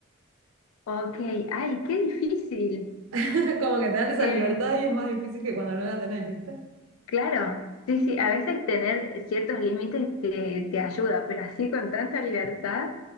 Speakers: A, on the left; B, on the right.
A: Ok, ay, qué difícil.
B: <laughs> Como que te dan esa
A: Eh,
B: libertad y es más difícil que cuando no la tenés, ¿viste?
A: claro, sí, sí, a veces tener ciertos límites te, te ayuda, pero así con tanta libertad.